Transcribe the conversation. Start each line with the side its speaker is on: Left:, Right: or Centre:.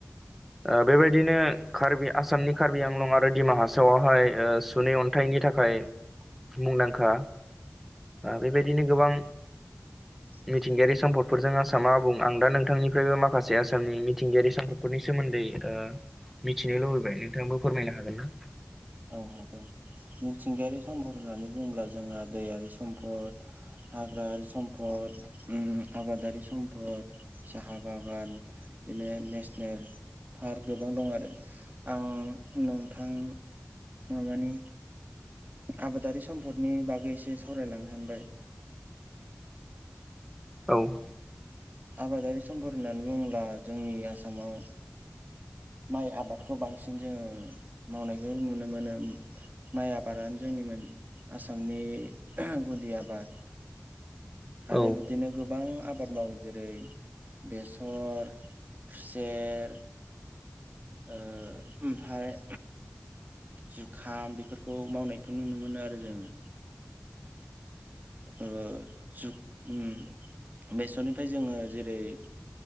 Centre: ओ बिदिनो कार्बि आसामनि कार्बि आंलं आरो दिमा हासावआवहाय ओ सुनै अन्थाइनि थाखाय मुंदांखा। ओ बेबायदिनो गोबां
Right: <inaudible>
Centre: मिथिंगायारि सम्दफोरजों आसामा आबुं। आं दा नोंथांनिफ्रायबो माखासे आसामनि मिंगायारि सम्पद फोरनि सोमोन्दै ओ मिथिनो लुबैबाय। नोंथाङाबो फोरमायनो हागोन ना?
Right: औ हागोन। मिथिंगायारि सम्पद होननानै बुंङोब्ला जोंहा दैआरि सम्पद पद हाग्रा सम्पद, उम आबादारि सम्पद साहा बागान बिदिनो नेसनेल पार्क गोबां दं आरो। आं नोंथां मानि आबादारि सम्फदनि बागै एसे सावरायलांनो सानबाय।
Centre: औ
Right: आबादारि सम्पद होननानै बुङोब्ला जोंनि आसामाव माइ आबादखौ बांसिन जोङो मावनायखौ नुनो मोनो। माइ आबादानो जोंनिमोन आसामनि गुदि आबाद। आरो
Centre: औ
Right: बिदिनो गोबां आबाद मावो। जेरै- बेसर, खुसेर ओ ओमफ्राय जुखाम बेफोरखौ मावनायखौ नुनो मोनो आरो जोङो। ओ जुग उम बेसरनिफ्राय जोङो जेरै-